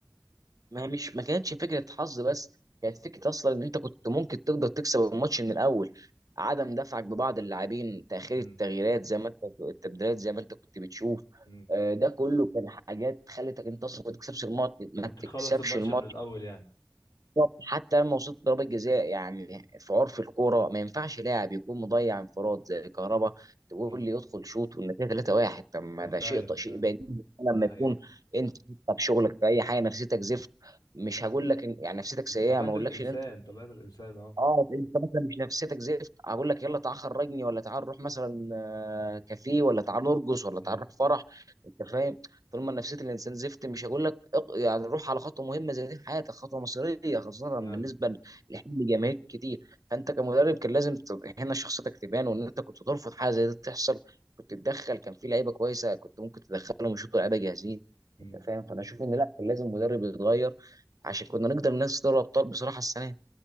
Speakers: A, on the right; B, on the left.
A: ما هي مش ما كانتش فكره حظ بس كانت فكره اصلا ان انت كنت ممكن تقدر تكسب الماتش من الاول عدم دفعك ببعض اللاعبين تاخير
B: امم
A: التغييرات زي ما انت التبديلات زي ما انت كنت بتشوف
B: امم
A: آه، ده كله كان حاجات خلتك انت اصلا ما تكسبش الماتش ما
B: كنت
A: تكسبش
B: تخلص الماتش
A: الماتش
B: من الاول يعني
A: بالظبط. حتى لما وصلت ضربة جزاء يعني في عرف الكورة ما ينفعش لاعب يكون مضيع انفراد زي كهربا تقول
B: امم
A: لي يدخل شوط والنتيجة 3-1 طب ما
B: اه
A: ده
B: فعلا
A: شيء شيء
B: فعلا
A: بديهي لما
B: دي حقيقه
A: يكون انت في شغلك في اي حاجة نفسيتك زفت مش هقول لك إن يعني نفسيتك سيئة
B: طبيعه
A: ما اقولكش
B: الانسان
A: ان
B: طبيعه الانسان اه
A: اه انت مثلا مش نفسيتك زفت اقول لك يلا تعال خرجني ولا تعال نروح مثلا آه، كافيه ولا تعال نرقص ولا
B: امم
A: تعال نروح فرح انت فاهم طول ما نفسيه الانسان زفت مش هقول لك اق- يعني روح على خطوه مهمه زي دي في حياتك خطوه مصيريه خاصه
B: فعلا
A: بالنسبه لحلم جماهير كتير فانت كمدرب كان لازم تبقى هنا شخصيتك تبان وان انت كنت ترفض حاجه زي دي تحصل كنت تدخل كان في لعيبه كويسه كنت ممكن تدخلهم ويشوطوا لعيبه جاهزين
B: امم
A: انت فاهم فانا اشوف ان لا كان لازم مدرب يتغير عشان كنا نقدر ننافس دوري الابطال بصراحه السنه